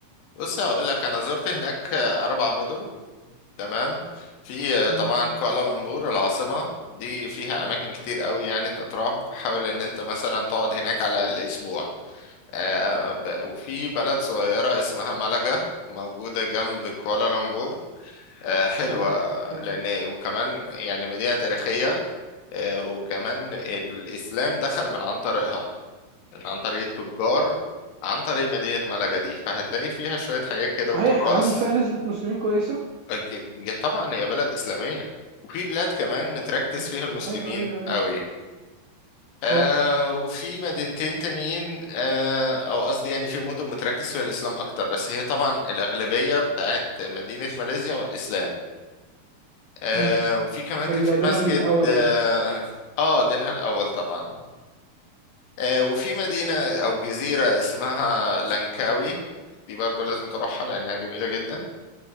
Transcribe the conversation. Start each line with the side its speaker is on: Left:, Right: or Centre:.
Left: بص هقول لك انا زرت هناك اربع مدن تمام في
Right: امم
Left: طبعا كوالالمبور العاصمه دي فيها اماكن كتير قوي يعني تتراح فحاول ان انت مثلا تقعد هناك على الاقل اسبوع آه ب- وفي بلد صغيره اسمها مالاجا موجوده جنب كوالالمبور آه حلوه
Right: ملاجئ اوكي
Left: لان وكمان يعني مدينه تاريخيه آه وكمان الاسلام دخل من عن طريقها يعني عن طريق التجار عن طريق مدينة ملقا دي فهتلاقي فيها شوية حاجات كده
Right: صحيح
Left: وتراث
Right: هل فيها نسبه مسلمين كويسه
Left: أك- طبعا هي بلد إسلامية وفي بلاد كمان متركز
Right: صدق
Left: فيها المسلمين
Right: ايوه ايوه ايوه
Left: قوي آه
Right: اه
Left: وفي مدينتين تانيين آه أو قصدي يعني في مدن متركز فيها الإسلام أكتر بس هي طبعا الأغلبية بتاعت مدينة ماليزيا إسلام آه
Right: أمم.
Left: وفي كمان
Right: الدينار
Left: كان في مسجد
Right: الاول
Left: آه,
Right: يعني
Left: آه دينها الأول طبعا آه، وفي مدينة أو جزيرة اسمها لانكاوي دي برضه لازم تروحها لأنها جميلة جدا